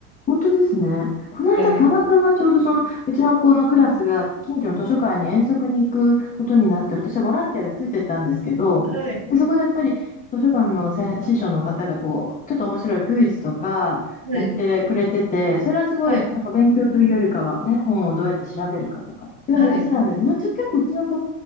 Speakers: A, on the left (about 15°); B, on the right (about 30°).
A: 本当ですね。この間、
B: はい。
A: たまたまちょうどそのうちの子のクラスが近所の図書館に遠足に行くことになって、私はボランティアでついてったんですけど、
B: はい。
A: で、そこでやっぱり図書館の先師匠の方がこう、ちょっと面白いクイズとかやってくれてて、
B: はい。
A: それはすごいなんか勉強というよりかは、
B: はい。
A: ね、本をどうやって調べるかとか、そういう話なんです。
B: はい。
A: まあ、ちょ結構うちの子、